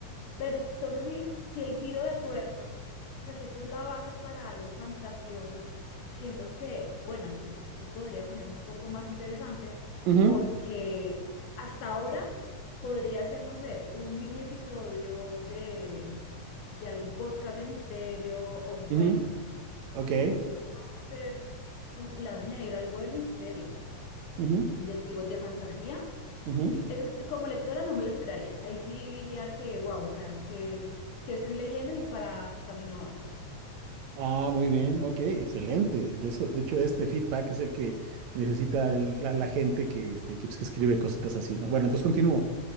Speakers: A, on the left; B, on the right.
A: pero entonces, si, si el giro de tuerca, o sea, si esto es la base para algo fantasioso, siento que, bueno, aquí se podría poner un poco más interesante,
B: ujú,
A: porque hasta ahora podría ser, no sé, un mini episodio de, de algún podcast de misterio o un
B: ujú,
A: cuento.
B: ujú. Ok.
A: Si tú lo vas a hacer, con- le vas a añadir algo de misterio,
B: ujú,
A: de, digo, de fantasía,
B: ujú.
A: y sí, Eso sí, como lectora no me lo esperaría. Ahí sí diría que, wow, o sea, que, que estoy leyendo y para qué camino va.
B: Ah, muy bien. Ok, excelente. De eso, de hecho, este feedback es el que necesita el- la, la gente que, este, que, pues, que escribe cositas así, ¿no? Bueno, entonces continúo.